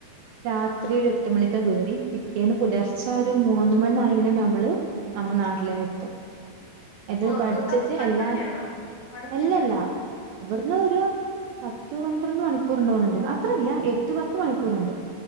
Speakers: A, on the right; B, on the left.
A: രാത്രി ഒരു എട്ട് മണിക്കെ കയറി പിറ്റേന്ന് പുലർച്ച ഒരു മൂന്ന് മണി നൽവിണ നമ്മള് നമ്മൾ നാട്ടിലേന്നെത്തും
B: <inaudible>
A: അത് ബഡ്ജറ്റ്
B: തൊട്ട അടുത്ത്
A: അല്ല
B: തന്നെയാണോ? അടുത്ത്
A: അല്ലല്ല
B: തന്നെയാ?
A: ഇവിടുന്ന്
B: ഉം.
A: ഒരു- പത്ത് പന്ത്രണ്ട് മണിക്കൂർണ്ട പോകുന്നുണ്ട് അത്രല്ല എട്ട് പത്ത് മണിക്കൂറണ്ട്